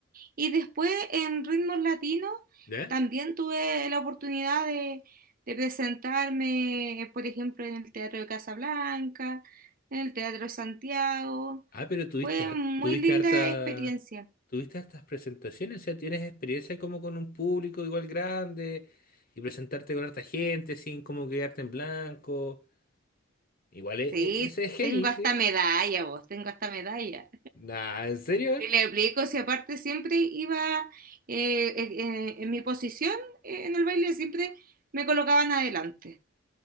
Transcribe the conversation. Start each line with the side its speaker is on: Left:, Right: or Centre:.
Right: Y después en ritmos latinos
Left: ¿ya?
Right: también tuve la oportunidad de, de presentarme, eh, por ejemplo, en el Teatro de Casablanca, en el Teatro de Santiago.
Left: Ah, pero tuviste
Right: Fue
Left: harta,
Right: muy
Left: tuviste
Right: linda
Left: harta
Right: experiencia.
Left: ¿Tuviste hartas presentaciones? O sea, ¿tienes experiencia como con un público igual grande y presentarte con harta gente sin como quedarte en blanco? Igual e-
Right: Sí,
Left: e- ese es heavy,
Right: tengo hasta
Left: ¿sí?
Right: medalla, vos, tengo hasta medalla.
Left: Nah, ¿en serio? eh?
Right: Te le aplico, si aparte siempre iba eh, eh, eh, en mi posición eh, en el baile, siempre me colocaban adelante.